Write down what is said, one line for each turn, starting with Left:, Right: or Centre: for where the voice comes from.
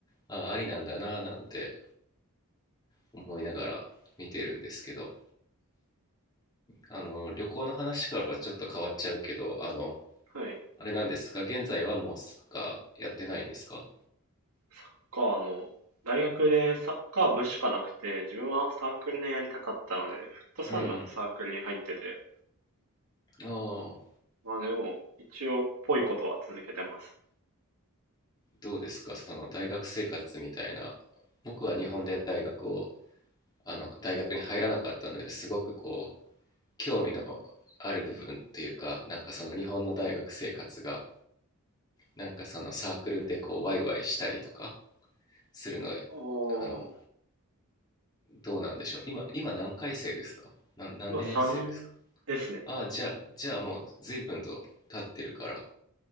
Left: あありなんだななんて思いながら見てるんですけどあの旅行の話からはちょっと変わっちゃうけどあの
Right: はい。
Left: あれなんですか現在はもうサッカーやってないんですか
Right: サッカーの、大学でサッカー部しかなくて、自分はサークルでやりたかったので、フットサルのサークルに入ってて、
Left: うんああ
Right: まあでも、一応、ぽいことは続けてます。
Left: どうですかその大学生活みたいな僕は日本で大学をあの大学に入らなかったのですごくこう興味のある部分っていうかなんかその日本の大学生活がなんかそのサークルでこうワイワイしたりとかするの
Right: ああ、
Left: あのどうなんでしょう今今何回生ですかな何年生ですか
Right: まあ3ですね。
Left: ああじゃあじゃあもう随分と経ってるから